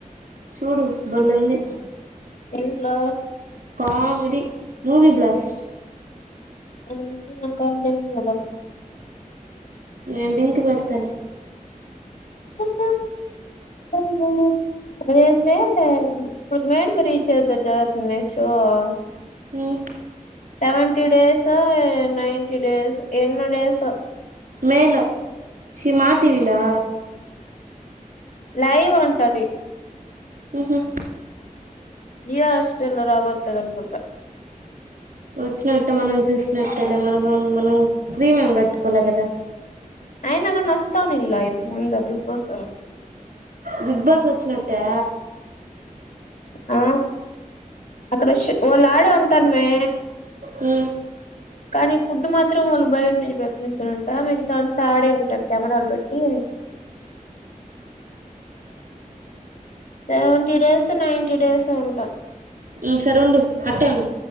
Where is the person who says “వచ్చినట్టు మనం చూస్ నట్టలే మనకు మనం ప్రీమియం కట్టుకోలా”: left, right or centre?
Right